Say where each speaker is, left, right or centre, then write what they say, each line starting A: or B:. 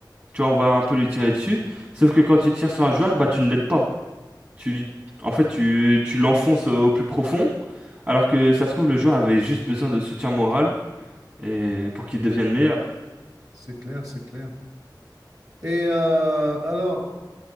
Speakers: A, on the right; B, on the right.
A: Tu vois, on va un peu lui tirer dessus. Sauf que quand tu tires sur un joueur, bah tu ne l'aides pas. Tu, en fait, tu, tu l'enfonces au plus profond, alors que ça se trouve le joueur avait juste besoin de soutien moral et pour qu'il devienne meilleur.
B: c'est clair, c'est clair. Et euh, alors,